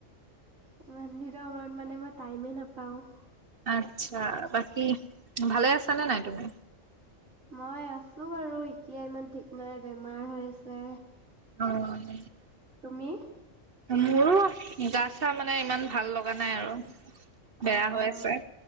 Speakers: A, on the right; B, on the right.
A: ইমান দিনৰ মূৰত মানে মই টাইমে নাপাও।
B: আচ্ছা বাকী ভালে আছা নে নাই তুমি?
A: মই আছো বাৰু এতিয়া ইমান ঠিক নাই বেমাৰ হৈ আছে।
B: অ'।
A: তুমি?
B: মোৰো গা চা মানে ইমান ভাল লগা নাই আৰু। বেয়া
A: অ
B: হৈ
A: অ
B: আছে।